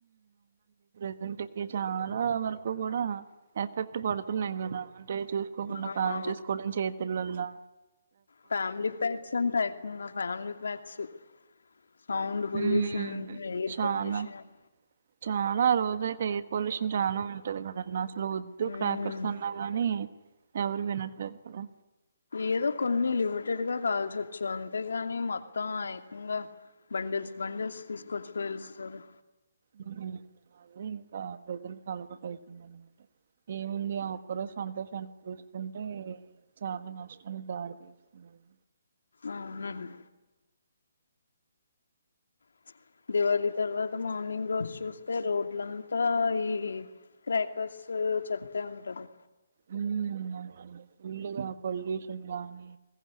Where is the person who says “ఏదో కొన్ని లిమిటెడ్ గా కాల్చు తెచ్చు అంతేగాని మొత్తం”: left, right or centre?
Left